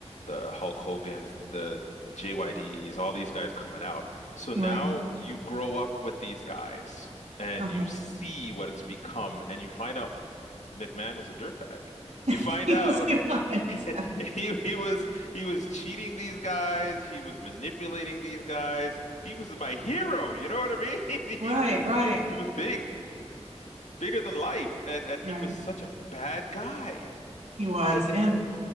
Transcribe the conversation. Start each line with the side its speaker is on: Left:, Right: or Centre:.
Left: the Hulk Hogan's, the JYDs, all these guys coming out. So now
Right: right.
Left: you grow up with these guys. And
Right: Uh-huh.
Left: you see what it's become, and you find out McMahon was a dirtbag. You
Right: <laughs>
Left: find
Right: Yes,
Left: out
Right: he was.
Left: <laughs> he he was he was cheating these guys, he was manipulating these guys. He was my hero, you know what I mean? <laughs>
Right: Right,
Left: He was
Right: right,
Left: he was big, bigger than life, and and he
Right: right.
Left: was such a bad guy.
Right: He was.
Left: I,
Right: And